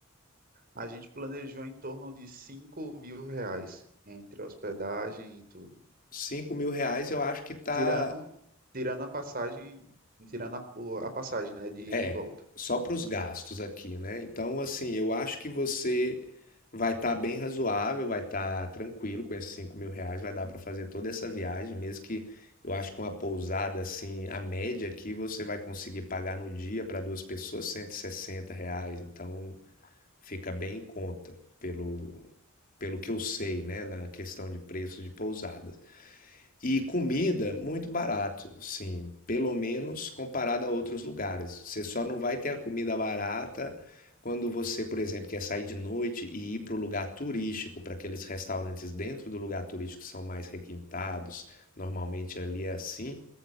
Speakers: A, on the right (about 45°); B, on the left (about 45°).
A: A gente planejou em torno de cinco mil reais entre hospedagem e tudo,
B: Cinco mil reais eu acho que tá.
A: tirando tirando a passagem, tirando a, o- a passagem, né, de ida
B: É,
A: e volta.
B: só para os gastos aqui, né? Então, assim, eu acho que você vai estar bem razoável, vai estar tranquilo com esses cinco mil reais, vai dar para fazer toda essa viagem, mesmo que eu acho que uma pousada, assim, a média aqui você vai conseguir pagar no dia para duas pessoas 160 reais. Então. Fica bem em conta, pelo, pelo que eu sei, né, na questão de preço de pousadas. E comida muito barato, assim, pelo menos comparado a outros lugares. Você só não vai ter a comida barata quando você, por exemplo, quer sair de noite e ir para o lugar turístico, para aqueles restaurantes dentro do lugar turístico que são mais requintados. Normalmente ali é assim,